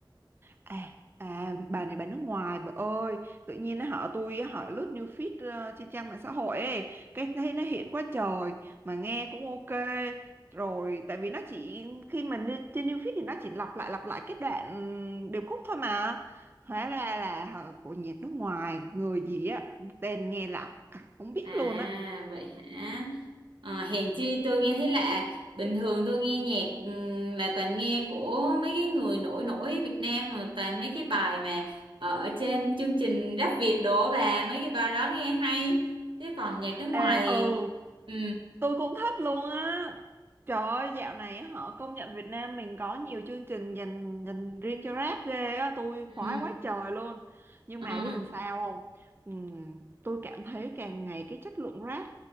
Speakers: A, on the right (about 25°); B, on the right (about 80°).
A: À, à bà này bà nước ngoài bà ơi tự nhiên nó họ tôi á, họ lướt new feed ờ, trên trang mạng xã hội ấy cái thấy nó hiện quá trời mà nghe cũng ok rồi tại vì nó chỉ khi mình lên trên new feed thì nó chỉ lặp lại lặp lại cái đoạn ừm, điệp khúc thôi mà hóa ra là họ của nhiệt nước ngoài người gì á tên nghe lạ không biết
B: À
A: luôn á
B: vậy hả? Ờ, hèn chi tôi nghe thấy lạ. Bình thường tôi nghe nhạc ừm, là toàn nghe của mấy cái người nổi nổi Việt Nam mà toàn mấy cái bài mà ở trên chương trình Rap Việt đổ bà mấy cái bài đó nghe hay. Chứ còn nhạc nước ngoài
A: à,
B: thì
A: ừ
B: Ừ.
A: Tôi cũng thích luôn á. Trời ơi, dạo này họ công nhận Việt Nam mình có nhiều chương trình dành dành riêng cho rap ghê á, tôi
B: Ừ.
A: khoái quá trời luôn. Nhưng
B: Ờ,
A: mà biết làm sao không? Ừm, tôi cảm thấy càng ngày cái chất lượng rap,